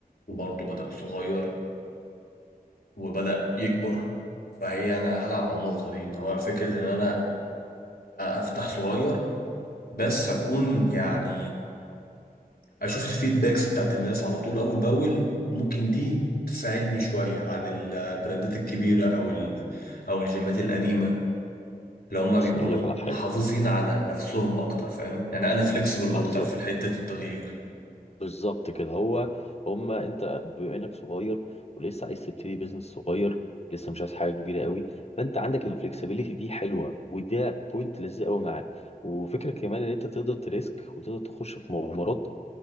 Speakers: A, on the left (about 80°); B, on the left (about 45°).
A: وبرضو بدأ صغير وبدأ يكبر فهي انا هلعب على النقطة دي ان هو فكرة ان انا افتح صغير بس اكون يعني اشوف الفيدباكس بتاعت الناس على طول اول باول ممكن دي تساعدني شوية عن البراندات الكبيرة او ال او الجيمات القديمة اللي هم
B: بص
A: بيكونوا
B: انا اقول لك على حاجه
A: محافظين على نفسهم اكتر فاهم يعني انا فليكسبل
B: ما
A: اكتر
B: بالظبط
A: في حتة التغيير
B: بالظبط كده هو هما انت بما انك صغير ولسه عايز تبتدي بيزنس صغير لسه مش عايز حاجه كبيره قوي فانت عندك الفلكسبيليتي دي حلوه وده بوينت لذيذ قوي معاك وفكره كمان ان انت تقدر تريسك وتقدر تخش في مغامرات